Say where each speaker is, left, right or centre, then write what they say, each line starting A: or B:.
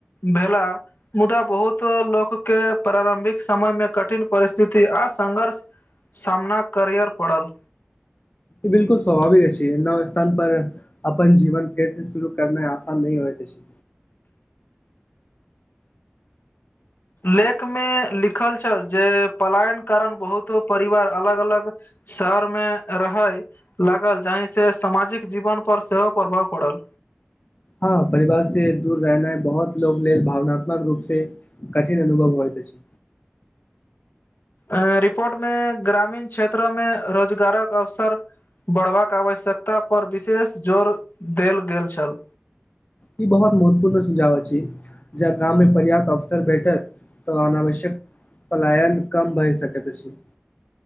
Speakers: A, on the left (about 55°); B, on the left (about 40°).
A: भेला मुदा बहुत लोक के प्रारम्भिक समय मे कठिन परिस्थिति आ संघर्ष सामना करअर पड़ल
B: बिल्कुल स्वभाविक अछि नव स्थान पर अप्पन जीवन फेर से शुरू करनाइ आसान नहि होयत अछि
A: लेख मे लिखल छल जे पलायन कारण बहुतो परिवार अलग अलग शहर मे रहैय लागल जाहि से सामाजिक जीवन पर सेहो प्रभाव पड़ल
B: हँ परिवार से दूर रहनाइ बहुत लोग लेल भावनात्मक रूप से कठिन अनुभव होयत अछि
A: अ रिपोर्ट मे ग्रामीण क्षेत्र में रोजगारक अवसर बढ़बाक आवश्यकता पर विशेष जोर देल गेल छल
B: ई बहुत महत्वपूर्ण सुझाव अछी, जब गाम मे पर्याप्त अवसर भेटत तऽ अनावश्यक पलायन कम भए सकैत अछि,